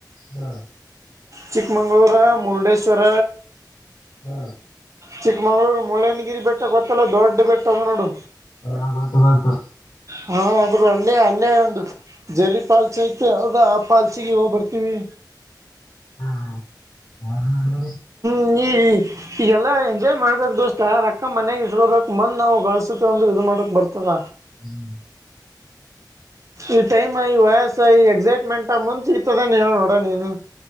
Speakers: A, on the left; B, on the right.
A: ಹಾ
B: ಚಿಕ್ಕಮಗಳೂರು ಮುರುಡೇಶ್ವರ.
A: ಹ್ಮ
B: ಚಿಕ್ಕಮಗ್ಳೂರು ಮುಳ್ಳಯನಗಿರಿ ಬೆಟ್ಟ ಗೊತ್ತಲ್ಲ ದೊಡ್ಡ ಬೆಟ್ಟ ಅದ ನೋಡು.
A: ಹ ಗೊತ್ತು ಗೊತ್ತು.
B: ಹಾ ಒಬ್ರು ಅಲ್ಲೇ ಅಲ್ಲೇ ಒಂದು. ಜರಿ ಪಾಲ್ಸಿ ಐತೆ ಅದ ಆ ಪಾಲ್ಸಿಗೆ ಹೋಗ್ ಬರ್ತೀವಿ.
A: <unintelligible>
B: <unintelligible> ಈಗೆಲ್ಲಾ ಎಂಜಾಯ್ ಮಾಡ್ಬೇಕ ದೋಸ್ತ ರೊಕ್ಕ ಮನ್ಯಾಗ ಇಸಕಬೇಕು ಮಂದ್ ನಾವು ಗಳಸತ ಅಂದ್ರ ಇದು ಮಾಡಕ್ ಬರ್ತದ.
A: <inaudible>
B: ಈ ಟೈಮ್ ಐ ವಯಸ್ ಐ ಎಕ್ಸೈಟ್ಮೆಂಟ್ ಮುಂದ ಸಿಗ್ತದೇನು ಹೇಳ ನೋಡ ನೀನು.